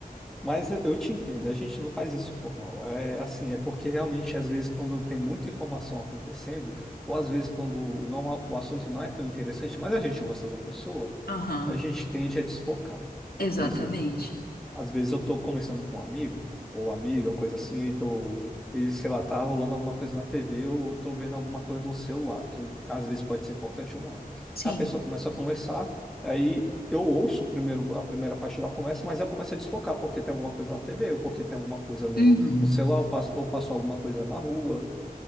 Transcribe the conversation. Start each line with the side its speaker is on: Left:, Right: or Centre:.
Centre: mas eu te entendo, a gente não faz isso por mal. É assim, é porque realmente, às vezes, quando tem muita informação acontecendo, ou às vezes quando não, o assunto não é tão interessante, mas a gente gosta da pessoa,
Left: Aham,
Centre: a gente tende a desfocar.
Left: exatamente.
Centre: Por exemplo, às vezes eu tô conversando com um amigo ou amiga, ou coisa assim, e tô, e, sei lá, tá rolando alguma coisa na TV ou tô vendo alguma coisa no celular, que às vezes pode ser importante ou não.
Left: Sim.
Centre: A pessoa começa a conversar, aí eu ouço primeiro a primeira parte da conversa, mas eu começo a desfocar porque tem alguma coisa na TV, ou porque tem alguma coisa no,
Left: Uhum.
Centre: no celular, ou passo, ou passo alguma coisa na rua.